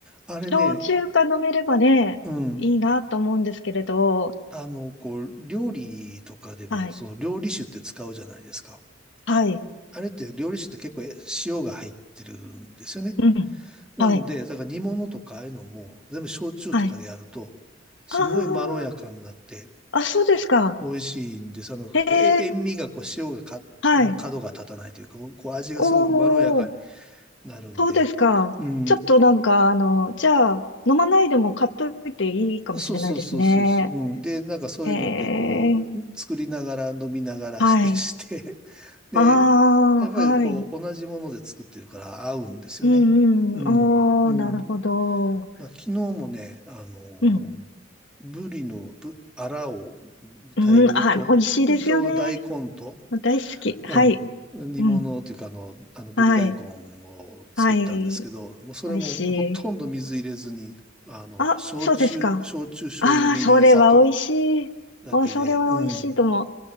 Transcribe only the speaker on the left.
焼酎が飲めればね、
いいなと思うんですけれど、
はい。
はい。
うん。
はい。
はい。
ああ、あ、そうですか。
ええ、
はい。
おー
そうですか。
ちょっとなんか、あの、じゃあ、飲まないでも買っといていいかもしれないですね。
へえ、
はい。
ああ、
はい。
うんうん。
おー、なるほど。
うん。
うん、
あ、美味しいですよね。
大好き。はい。
うん。
はい。はい。
美味しい。
あ、
そうですか。
ああ、
それは美味しい。
あ、それは美味しいと思